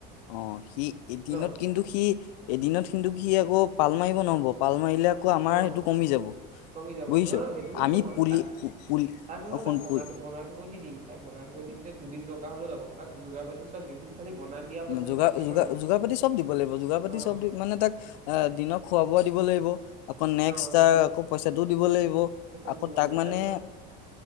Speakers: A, on the left (about 80°); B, on the right (about 35°).
A: অ', সি এদিনত
B: ন
A: কিন্তু সি এদিনত কিন্তু সি আকৌ পাল মাৰিব ন। পাল মাৰিলে আকৌ আমাৰ
B: অ
A: সেইটো কমি যাব।
B: কমি যাব
A: বুজিছ
B: নহয়, নহয় সেইটো বুলি
A: আমি
B: নহয়
A: পুলি
B: তাক
A: পুলি
B: তাক নহয়
A: শুন
B: তাক বনাই, বনাই থিব দি দিম তাক বনাই দিম যে দুদিন দৰকাৰ হ'লেও লাগক তাক যোগাৰ পাতি চব দিম খালি বনাই দিয়া পইচাটো
A: যোগাৰ,
B: তাক দিম
A: যোগাৰ,
B: আৰু
A: যোগাৰ পাতি চব দিব লাগিব যোগাৰ পাতি
B: অ
A: চব দি মানে তাক আহ দিনক খোৱা বোৱা দিব লাগিব। আকৌ নেক্সট
B: অ সেইটো
A: তাৰ
B: দিম
A: আকৌ পইচাটো দিব লাগিব
B: পইচাটো
A: আকৌ
B: দিব
A: তাক
B: লাগিব
A: মানে।
B: তাৰপিছত